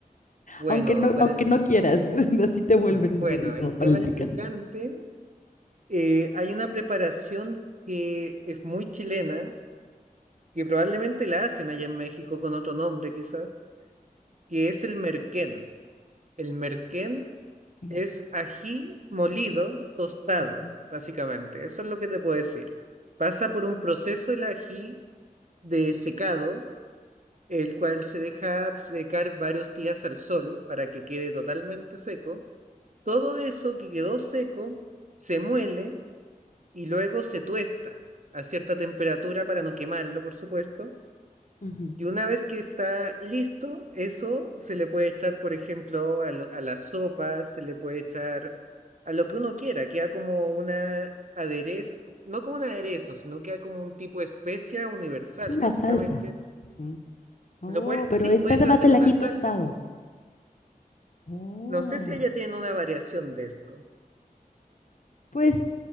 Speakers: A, on the right (about 55°); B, on the left (about 60°).
A: Bueno,
B: Aunque no,
A: para
B: aunque
A: el pi-
B: no quieras, <laughs> así te vuelven
A: <laughs> bueno,
B: buenísimo
A: el
B: para
A: tema
B: el
A: del
B: picante.
A: picante, eh, hay una preparación que es muy chilena, que probablemente la hacen allá en México con otro nombre quizás, que es el merquén. El merquén
B: Mm,
A: Es ají molido, tostado,
B: Ujú,
A: básicamente. Eso es lo que te puedo decir. Pasa por un proceso el ají de secado, el cual se deja secar varios días al sol para que quede totalmente seco. Todo eso que quedó seco se muele y luego se tuesta a cierta temperatura para no quemarlo, por supuesto
B: ujú.
A: y una vez que está listo, eso se le puede echar, por ejemplo, a, lo- a las sopas, se le puede echar a lo que uno quiera, queda como una aderezo, no como un aderezo, sino queda como un tipo de especia universal,
B: Sí, una
A: básicamente.
B: salsa. Mm. Oh,
A: Lo puede,
B: pero
A: sí,
B: está
A: puedes
B: además
A: hacer
B: el
A: una
B: ají
A: salsa.
B: tostado. Oh,
A: No sé si ella tiene una variación de esto.
B: pues